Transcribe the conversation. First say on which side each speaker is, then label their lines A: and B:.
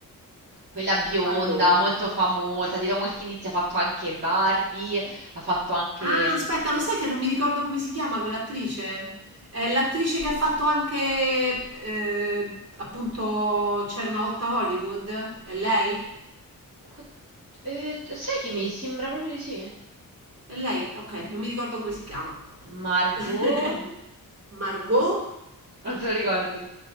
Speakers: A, on the right; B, on the right.
A: quella bionda,
B: Allora,
A: molto famosa, di do qualche indizio, ha fatto anche Barbie, ha fatto anche...
B: ah,
A: mm,
B: aspetta, lo sai che non mi ricordo come si chiama quell'attrice? È l'attrice che ha fatto anche, eh, appunto, C'era una volta Hollywood? È lei?
A: oh, eh, sai che mi sembra proprio di sì?
B: È lei? Ok, non mi ricordo come si chiama.
A: Margot?
B: <laughs> Margot?
A: Non te lo ricordi?